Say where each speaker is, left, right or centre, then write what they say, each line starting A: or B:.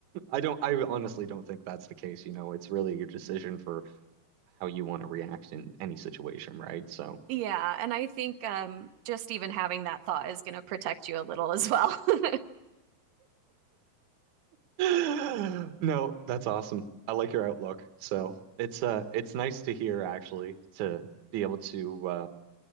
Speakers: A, on the right; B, on the right.
A: I don't, I honestly don't think that's the case. You know, it's really your decision for how you want to react in any situation, right? So,
B: Yeah, and I think um just even having that thought is going to protect you a little as well. <laughs>
A: <gasps> no, that's awesome. I like your outlook. So it's uh, it's nice to hear actually to be able to uh,